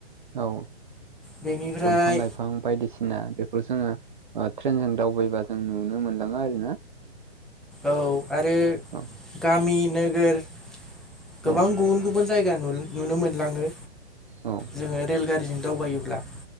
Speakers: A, on the right; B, in the centre.
A: औ
B: बेनिफ्राय
A: दंफां लाइफां बिफां बायदिसिना बेफोर जोङो ट्रेनजों दावबायबा जों नुनो मोनलाङो आरो ना
B: औ आरो
A: औ
B: गामि नोगोर गोबां
A: औ
B: गुबुन गुबुन जायगा नुनो मोनलाङो
A: औ
B: जोङो रेलगारिजों दावबायोब्ला